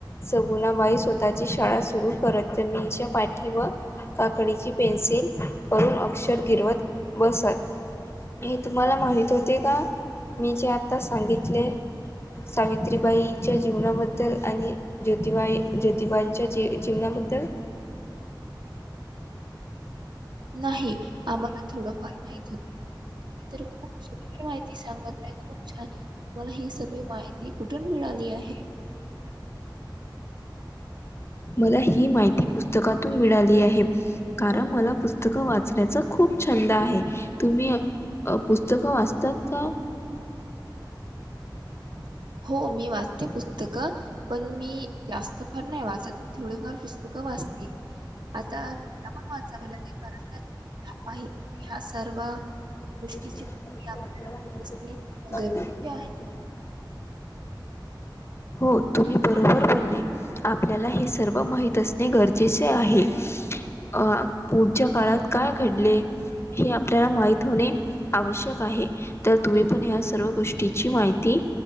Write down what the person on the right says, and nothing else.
नाही आम्हाला थोडंफार माहित होत तुम्ही तर खूप सुंदर माहिती सांगत आहे, खूप छान तुम्हाला ही सर्वे माहिती कुठून मिळाली आहे?
<inaudible> हो, मी वाचते पुस्तकं पण मी जास्त फार नाही वाचत थोडेफार पुस्त तू का वाचते? आता मला पण वाचाव लागेल कारण का ह्या पाही ह्या सर्व <unintelligible>
गोष्टीची
माहिती आपल्याला
असणे
गरजेचे